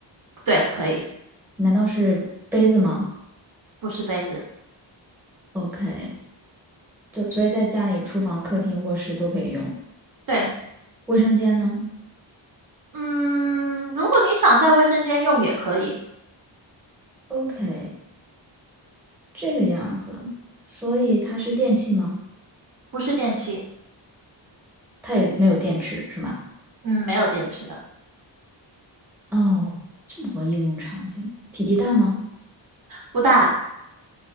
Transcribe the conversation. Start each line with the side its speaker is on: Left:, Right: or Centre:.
Right: 对，可以，
Centre: 难道是杯子吗
Right: 不是杯子，
Centre: ？OK，就所以在家里，厨房、客厅、卧室都可以用。
Right: 对，
Centre: 卫生间呢
Right: 嗯，如果你想在卫生间用也可以，
Centre: ？OK，这个样子，所以它是电器吗？
Right: 不是电器，
Centre: 它也没有电池是吗？
Right: 嗯，没有电池的，
Centre: 哦，这么多应用场景，体积大吗？
Right: 不大，